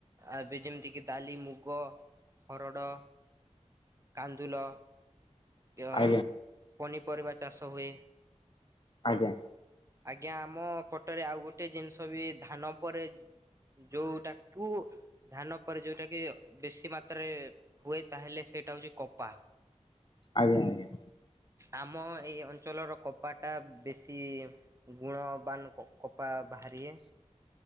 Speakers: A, on the right (about 25°); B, on the left (about 40°).
A: ଏବେ ଯେମତିକି ଡାଲି, ମୁଗ, ହରଡ଼ କାନ୍ଦୁଲ ଏବଂ
B: ଆଜ୍ଞା
A: ପନିପରିବା ଚାଷ ହୁଏ।
B: ଆଜ୍ଞା।
A: ଆଜ୍ଞା ଆମ ପଟରେ ଆଉ ଗୋଟେ ଜିନଷ ବି ଧାନ ପରେ ଯୋଉଟାକୁ ଧାନ ପରେ ଯୋଉଟା କି ବେଶୀ ମାତ୍ରାରେ ହୁଏ ତାହେଲେ ସେଇଟା ହୋଉଚି କପା।
B: ଆଜ୍ଞା ଆଜ୍ଞା।
A: ଆମ ଏଇ ଅଞ୍ଚଳର କପାଟା ବେଶୀ ତି ଗୁଣବାନ କ-କପା ବାହାରିଏ।